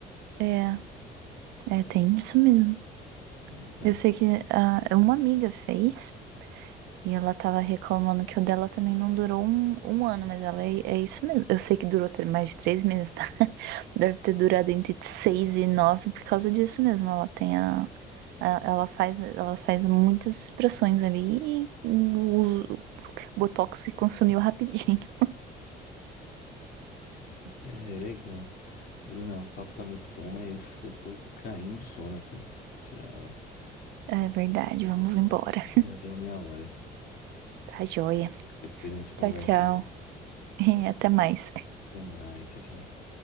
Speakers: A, on the right; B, on the left.
A: é, é, tem isso mesmo.
B: Legal.
A: Eu sei que ah, uma amiga fez e ela tava reclamando que o dela também não durou um, um ano, mas ela é, é isso mesmo. Eu sei que durou tre- mais de três meses, tá? <laughs> Deve ter durado entre seis e nove por causa disso mesmo. Ela tem a, a- ela faz, ela faz muitas expressões ali e o, o Botox se consumiu rapidinho. <laughs>
B: É, legal. Bruna, o papo tá muito bom, mas eu tô caindo de sono aqui. Já,
A: É verdade, vamos embora.
B: já deu minha hora.
A: Tá joia.
B: Depois a gente conversa
A: Tchau, tchau.
B: mais.
A: <laughs> Até mais.
B: Até mais, tchau, tchau.